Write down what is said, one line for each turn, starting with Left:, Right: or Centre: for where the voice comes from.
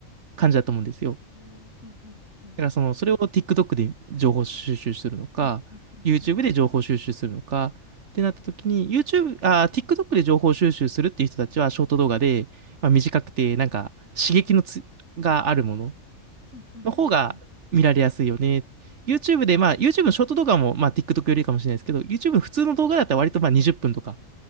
Right: 感じだと思うんですよ。
Left: うんうんうんうん
Right: だから、その、それを TikTok で情報収集するのか、
Left: うんうんうんうん
Right: YouTube で情報収集するのか、ってなった時に、YouTube、あー、TikTok で情報収集するっていう人たちは、ショート動画で、まあ、短くて、なんか、刺激のつ、があるもの
Left: うんうんうんうん
Right: の方が見られやすいよね。YouTube で、まあ、YouTube のショート動画も、まあ、TikTok よりかもしれないですけど、YouTube の普通の動画だったら割と、まあ、20分とか、